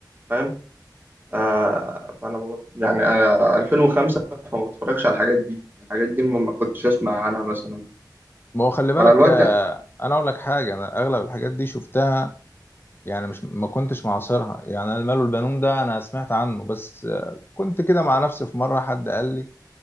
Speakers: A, on the right; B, on the left.
A: فاهم آه فانا ببط... يعني انا 2005 فما بتفرجش على الحاجات دي الحاجات دي ما ما كنتش اسمع عنها مثلا
B: ما هو خلي بالك
A: فالوقت
B: آه، انا اقول لك حاجة انا اغلب الحاجات دي شفتها يعني مش ما كنتش معاصرها يعني انا المال والبنون ده انا سمعت عنه بس آه، كنت كده مع نفسي في مره حد قال لي